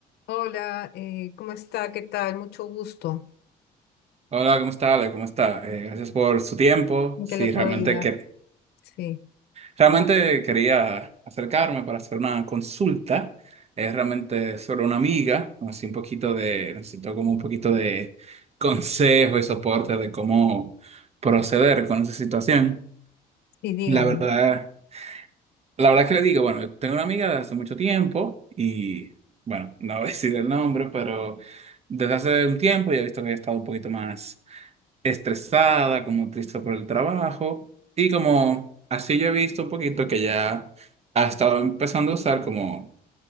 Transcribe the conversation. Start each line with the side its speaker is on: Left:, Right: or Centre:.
Left: Hola, eh, ¿cómo está? ¿Qué tal? Mucho gusto.
Right: Hola, ¿cómo está, Ale? ¿Cómo está? Eh, gracias por su tiempo.
Left: ¿En
Right: Sí,
Left: qué le puedo
Right: realmente,
Left: ayudar?
Right: que,
Left: Sí,
Right: realmente quería acercarme para hacer una consulta. Es realmente sobre una amiga, así un poquito de, necesito como un poquito de consejo y soporte de cómo proceder con esa situación.
Left: sí, dígame.
Right: La verdad, la verdad que le digo, bueno, yo tengo una amiga de hace mucho tiempo y, bueno, no voy a decir el nombre, pero desde hace un tiempo ya he visto que ella ha estado un poquito más estresada, como triste por el trabajo. Y como así yo he visto un poquito que ya ha estado empezando a usar como